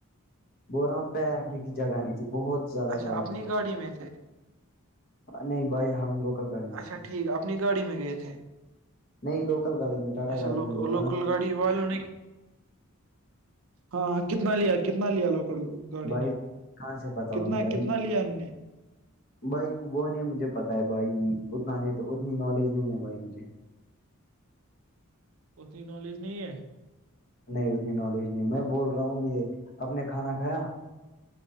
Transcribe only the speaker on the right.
اچھا
اپنی
گاڑی میں تھے
اچھا
ٹھیک اپنی گاڑی میں گئے تھے
اچھا
لوکل
لوکل
گاڑی والوں نے ہاں ہاں کتنا لیا کتنا لیا لوکڑ گاڑی
نے
کتنا
کتنا لیا ان نے
اتنی نالج نہیں ہے